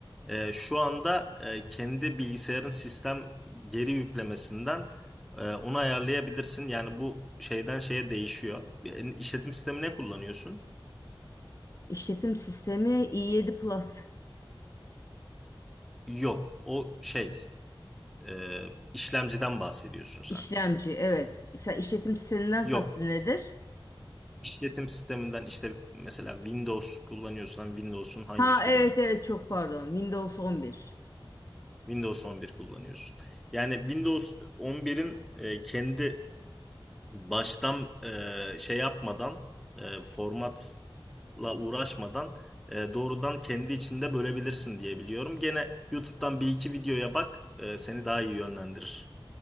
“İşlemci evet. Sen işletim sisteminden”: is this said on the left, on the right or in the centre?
Left